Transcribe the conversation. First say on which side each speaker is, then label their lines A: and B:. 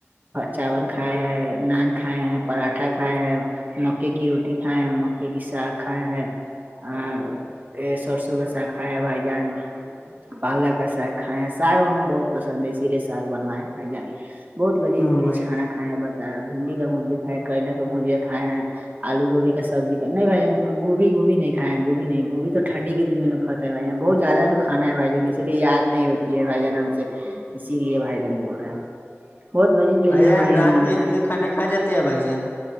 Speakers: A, on the right (about 35°); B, on the left (about 45°).
A: چاول کھائے ہیں نان کھائے ہیں پراٹھا کھائے ہیں مکے کی روٹی کھائے ہیں مکے کی ساگ کھائے ہیں آ یہ سرسو گسا کھائا بھائی جان پالا گسا کھائے ساگ ہمیں بہت پسند ہے اسی لیے سگ بنوا ہیں بھائی جان بہت لذیذ
B: او
A: لذیجھانا
B: بھائی
A: کھ کھائے بتا بھنڈی کاھوجیا کھائے کرل کا بھجیاے کھائے ہیں آلو گوبھی کا سبزی کا نہیں بھائی گوبھی گوبھی نہیںھائےیں گوبھی نہیں گوھی تو ٹنڈی کے دن میں نے ہوتا ہے جا بہت زیادہ ن کھانا ہےھ جائا اسی لیےیار نہیں ہوتی ہے بھائی جان ہم سے اسی لیے بھائی جان بول رہے ہیں بہت مز لج
B: بھائی
A: ہماری
B: جان
A: امین
B: رات میں اتنے
A: کا
B: کھانے کھا جاتے ہیں بھائی جان